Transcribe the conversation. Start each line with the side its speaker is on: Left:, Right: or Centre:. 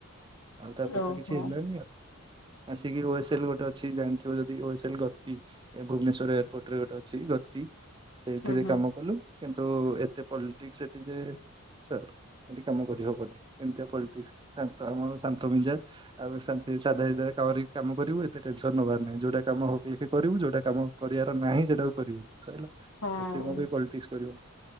Right: ଆଉ ତାପରେ
Left: ଓହୋ।
Right: ତ କିଛି ହେଲାନି ଆଉ। ଆସିକି ଓଏସେଲ ଗୋଟେ ଅଛି ଜାଣିଥିବ ଯଦି ଓଏସେଲ ଗତି ଏ ଭୁବନେଶ୍ୱରେ ଏପଟରେ ଗୋଟେ ଅଛି ଗ ତି ସେଇଥିରେ
Left: ହୁଁ ହୁଁ
Right: କାମ କଲୁ କିନ୍ତୁ ଏତେ ପଲଟିକସ ହେଟୀ ଯେ ଛାଡ ହେଠି ତି କାମ କରିହବନି ଏମତିଆ ପଲଟିକ୍ସ ଶାନ୍ତ ଆମେ ଶାନ୍ତ ମିଜାଜ। ଆମେ ଶାନ୍ତି ସାଧା ସିଧାରେ କରିକ କାମ କରିବୁ ଏତେ ଟେନସନ ନବାର ନାହିଁ। ଯୋଉଟା କାମ ହଉ କି ଲିକି କରିବୁ ଯୋଉଟା କାମ କରିବାର ନାହିଁ ସେଇଟାକୁ କରିବୁ ସଇଲା।
Left: ହଁ
Right: ଏତେ କଣ ପାଇଁ ପଲିଟିକ୍ସ କରିବୁ।